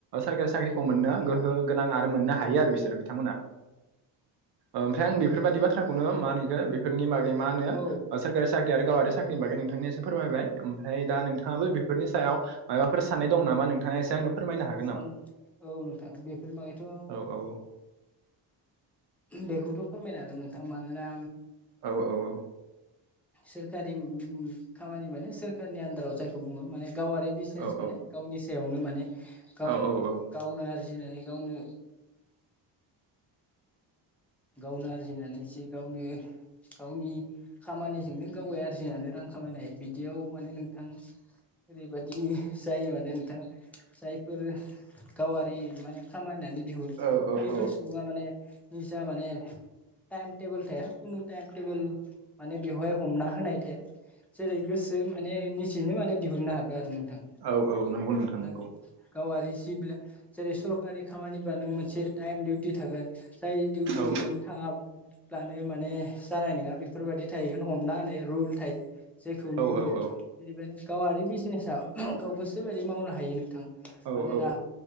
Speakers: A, on the right; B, in the centre.
A: सरकारि साख्रिखौ मोननो गोहो गोनां आरो मोननो हायो आरो बिसोरो बिथांमोना ओमफ्राय आं बेफोरबादि बाथ्राखौनो मा होनो बेखौ बेफोरनि बागै मा होनो
B: औ
A: सोरकारि साख्रि आरो गावआारि साख्रिनि बागै नोंथांनो एसे फोरमायबाय ओमफ्राय दा नोंथाङाबो बेफोरनि सायाव माबा फोर साननाय दं नामा नोंथाङा एसे आंनो फोरमायनो हागोन
B: सान
A: नामा?
B: औ नोंथां बेफोरनि बागैथ'
A: औ औ
B: बेखौथ' फोरमायनो हागोन नोंथां मानोना
A: औ औ औ
B: सोरखारि खामानि माने सोरखारनि आन्दाराव जायखौ बुङो माने गावारि बिजनेस
A: औ
B: माने गावनि सायावनो माने गाव
A: औ औ
B: गावनो आरो फुजिनानै गावनो गावनो आरजिनानै जि गावनो गावनि खामानिजोंनो गाव आरजिनानै रां खामायनाय बिदियाव माने नोंथां ओरैबायदि जायो माने नोंथाङा जायफोर गावारि माने खामायनानै दिहुन
A: औ औ
B: बेफोर सुबुङा माने जा माने टाइम टेबोल थाया खुनु टाइम टेबोल माने बेवहाय हमना होनाय थाया जेरै गोसो माने निजेनो माने दिहुननो हागोन आरो नोंथां
A: औ औ नंगौ नों थांनांगौ
B: ना गावारि सिबिलाइ जेरै सरकारि खामानिबा नों मोनसे टाइम दिउटि थागोन जाय दिउटियाव
A: औ
B: नों थाङा- ब्लानो माने जानाय नङा बेफोर बायदि थाहैगोन हमना होननाय रुल थायो। जेखौनो
A: औ
B: बुङो
A: औ औ
B: बिनिखायनो गावारि बिजनेस गाव गोसोबायदि मावनो हायो नोंथां मानोना
A: औ औ